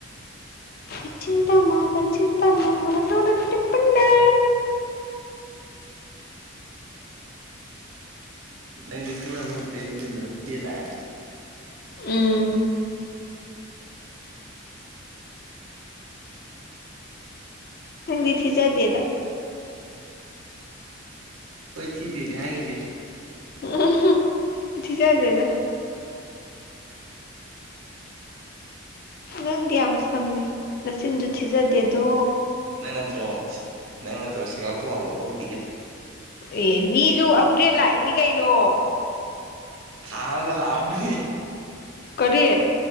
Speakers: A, on the left; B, on the right.
A: <unintelligible>
B: ꯅꯪꯗꯤ ꯈꯪꯅ ꯍꯧꯕꯗꯒꯤ ꯅꯆꯤꯟꯗꯣ ꯑꯗꯨꯝ ꯊꯤꯔꯥ ꯂꯥꯛꯑꯦ
A: ꯎꯝ ꯅꯪꯗꯤ ꯊꯤꯖꯗꯦꯗ
B: ꯑꯈꯣꯏ ꯊꯤꯗꯦꯗꯤ ꯍꯥꯏꯒꯤꯗꯦ
A: ꯎꯝ ꯊꯤꯖꯗꯦꯗ ꯅꯪꯗꯤ ꯌꯥꯝ ꯁꯝꯃꯦ ꯅꯆꯤꯟꯁꯨ ꯊꯤꯖꯗꯦ ꯑꯗꯣ
B: ꯅꯪ ꯅꯠꯇ꯭ꯔꯣ ꯅꯪ ꯅꯠꯇ꯭ꯔꯣ ꯁꯦꯒꯥꯛꯇꯨꯥꯎꯕ ꯍꯧꯗꯤ
A: ꯑꯦ ꯃꯤꯁꯨ ꯑꯞꯒ꯭ꯔꯦꯗ ꯂꯥꯛꯏꯅꯤ ꯀꯩꯅꯣ
B: ꯊꯥ ꯑꯃꯗ ꯂꯥꯛꯑꯝꯃꯅꯤ
A: ꯀꯔꯤ